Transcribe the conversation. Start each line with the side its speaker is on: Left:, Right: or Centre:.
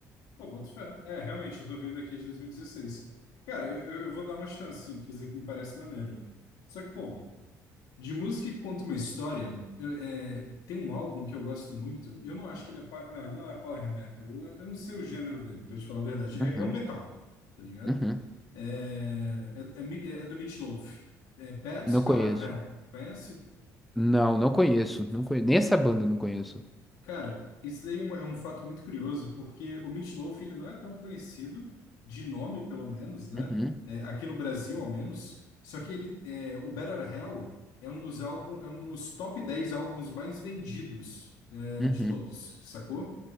Left: Pô, boto fé. É, realmente, eu tô vendo aqui de 2016. Cara, eu, eu eu vou dar uma chance, sim, porque isso aqui me parece maneiro. Só que, pô, de música que conta uma história, eu- é, tem um álbum que eu gosto muito. Eu não acho que ele é. pa- Não, ele não é power metal. Eu, eu não sei o gênero dele, pra eu te falar a verdade.
Centre: Uhum,
Left: É, é um metal, tá ligado?
Centre: uhum,
Left: É, é, é, mi- é do Meat Loaf. É Bats
Centre: Não conheço.
Left: Out of Hell. Conhece?
Centre: Não, não conheço. Não conheço. Nem essa banda eu não conheço.
Left: Cara, isso daí é uma- é um fato muito curioso, porque o Meat Loaf ele não é tão conhecido, de nome pelo menos, né?
Centre: uhum,
Left: É, aqui no Brasil, ao menos. Só que ele, é, o Better Hell é um dos álbum, é um dos top 10 álbuns mais vendidos, é,
Centre: uhum.
Left: de todos, sacou?